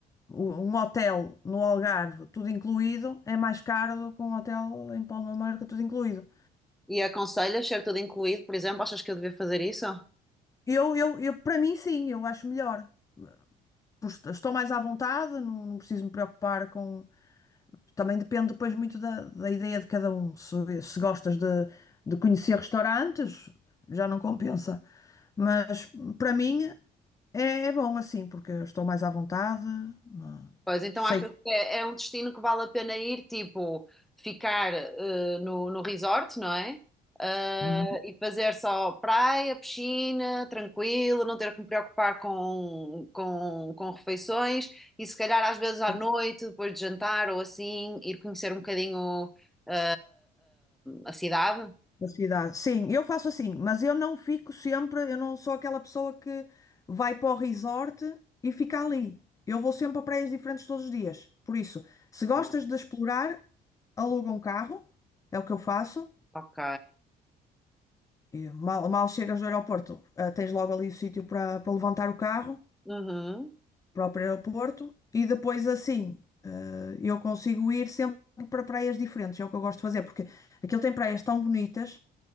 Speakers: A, on the left; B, in the centre.
A: um hotel no Algarve, tudo incluído, é mais caro do que um hotel em Palma de Mallorca, tudo incluído.
B: E aconselhas ser tudo incluído, por exemplo, achas que eu devia fazer isso?
A: Eu, eu, eu, para mim, sim, eu acho melhor. Pois Estou mais à vontade, não, não preciso me preocupar com, Também depende depois muito da, da ideia de cada um. Se, se gostas de, de conhecer restaurantes, já não compensa. Mas para mim é, é bom assim, porque eu estou mais à vontade. não- é?
B: Pois, então
A: Sei,
B: achas
A: que
B: que é, é um destino que vale a pena ir, tipo, ficar eh, no, no resort, não é? Ah,
A: Uhum.
B: e fazer só praia, piscina, tranquilo, não ter que me preocupar com, com, com refeições e se calhar às vezes à
A: sei
B: noite, depois de jantar ou assim, ir conhecer um bocadinho ah, ah, a cidade.
A: a cidade. Sim, eu faço assim, mas eu não fico sempre, eu não sou aquela pessoa que vai para o resort e fica ali. Eu vou sempre a praias diferentes todos os dias. Por isso, se gostas
B: Ah,
A: de explorar, aluga um carro, é o que eu faço.
B: Ok.
A: E mal, mal chegas do aeroporto, ah, tens logo ali o sítio para para levantar o carro,
B: Uhum.
A: próprio aeroporto, e depois assim, ah, eu consigo ir sempre para praias diferentes, é o que eu gosto de fazer, porque aquilo tem praias tão bonitas,